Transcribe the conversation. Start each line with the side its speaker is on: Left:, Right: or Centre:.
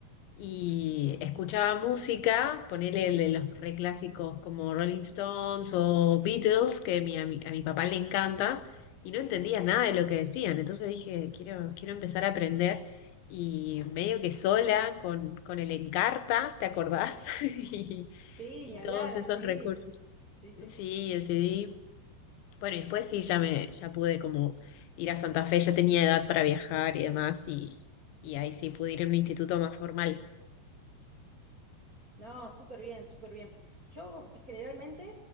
Left: Y escuchaba música, ponele el de los reclásicos como Rolling Stones o Beatles, que mi- a mi, a mi papá le encanta, y no entendía nada de lo que decían. Entonces dije, quiero, quiero empezar a aprender y medio que sola con, con el Encarta, ¿te acordás? <laughs> Y,
Right: Sí,
Left: y
Right: ni hablar,
Left: todos
Right: el
Left: esos
Right: CD.
Left: recursos.
Right: Sí, sí.
Left: Sí, el CD. Bueno, y después sí, ya me, ya pude como ir a Santa Fe, ya tenía edad para viajar y demás, y, y ahí sí pude ir a un instituto más formal.
Right: No, súper bien, súper bien. Yo eh, generalmente